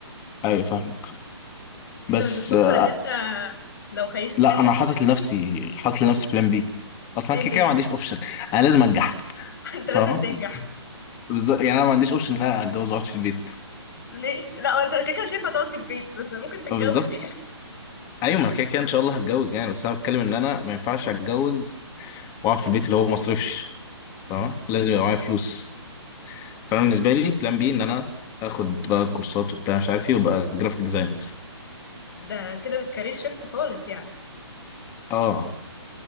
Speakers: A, on the left (about 20°); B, on the left (about 50°).
A: ايوه فاهمك
B: انت
A: بس
B: مش بتفكر
A: آه،
B: ان انت لو خيشت
A: لا
B: منك
A: انا حاطط لنفسي حاطط لنفسي بلان بي اصلا
B: ايه
A: كده كده ما
B: هي
A: عنديش اوبشن انا لازم انجح
B: <laughs> انت
A: فاهم
B: لازم تنجح
A: بالظبط يعني انا ما عنديش اوبشن ان انا اتجوز واقعد في البيت
B: ليه لا هو انت كده كده مش هينفع تقعد في البيت بس ممكن تتجوز
A: بالظبط
B: يعني
A: ايوه ما انا كده كده ان شاء الله هتجوز يعني بس انا بتكلم ان انا ما ينفعش اتجوز واقعد في البيت اللي هو ما اصرفش فاهم لازم يبقى معايا فلوس فانا بالنسبه لي بلان بي ان انا اخد بقى كورسات وبتاع مش عارف ايه وابقى جرافيك ديزاينر
B: ده كده بتكارير شيفت خالص يعني
A: اه